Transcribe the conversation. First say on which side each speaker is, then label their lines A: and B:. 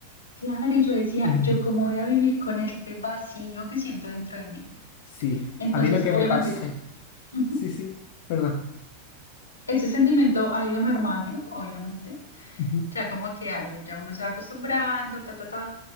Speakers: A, on the left (about 80°); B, on the left (about 45°).
A: Claro, y yo decía,
B: Eh,
A: ¿yo cómo voy a vivir con este vacío que siento dentro de mí?
B: Sí,
A: Entonces,
B: a mí lo que
A: obviamente,
B: me pasó.
A: ujú,
B: Sí, sí, perdón.
A: ese sentimiento ha ido mermando, obviamente.
B: Ujú.
A: Ya como que hay, ya uno se va acostumbrando, ta, ta, ta.